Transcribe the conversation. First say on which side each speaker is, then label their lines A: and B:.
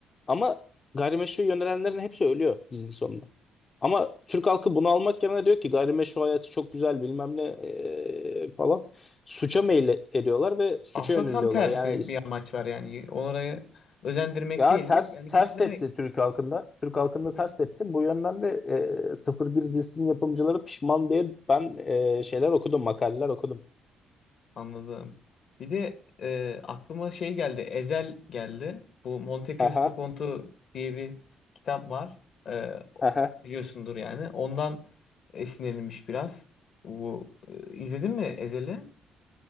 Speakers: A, on the left; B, on the left.
A: ama gayrimeşru yönelenlerin hepsi ölüyor dizinin sonunda. Ama Türk halkı bunu almak yerine diyor ki gayrimeşru hayatı çok güzel bilmem ne eee, falan suça meyil ediyorlar ve suça
B: Aslında
A: yöneliyorlar.
B: tam tersi
A: Yani is-
B: bir amaç var yani. Orayı özendirmek
A: ya
B: değil
A: ters
B: de yani
A: ters
B: kötülemek.
A: tepti Türk halkında. Türk halkında
B: Hı
A: ters
B: hı.
A: tepti. Bu yönden de eee 01 dizisinin yapımcıları pişman diye ben eee, şeyler okudum, makaleler okudum.
B: Anladım. Bir de e, aklıma şey geldi. Ezel geldi. Bu Monte Cristo
A: Aha,
B: Kontu diye bir kitap var. E, o-
A: aha.
B: o- biliyorsundur yani. Ondan esinlenilmiş biraz. Bu e, izledin mi Ezel'i?